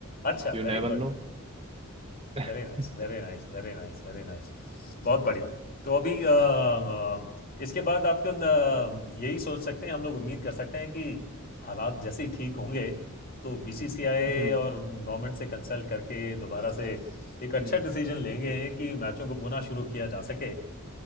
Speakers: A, on the left (about 45°); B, on the right (about 25°).
A: अच्छा
B: यू नेवर
A: very
B: नो
A: good
B: <laughs>
A: Very nice
B: हम्म
A: very nice very nice very nice बहुत बढ़िया तो अभी अ, अ, इसके बाद आप तो अ, यही सोच सकते हैं हम लोग उम्मीद कर सकते हैं कि हालात जैसे ही ठीक होंगे तो बीसीसीआई
B: हम्म
A: और गवर्नमेंट से कंसल्ट करके दोबारा से एक अच्छा
B: हम्म
A: डिसीजन लेंगे कि मैचों को पुनः शुरू किया जा सके